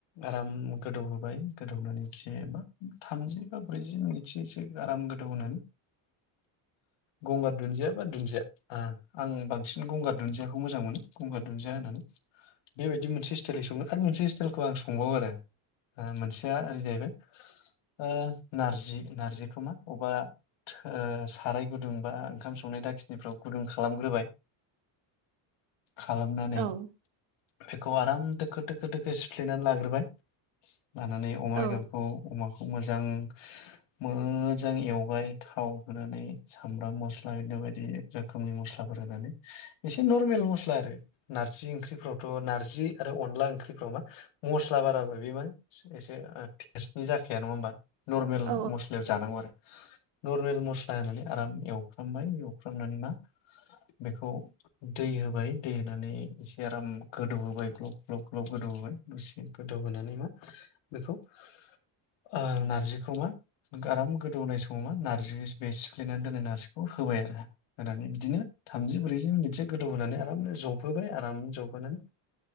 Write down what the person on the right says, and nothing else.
औ
औ
औ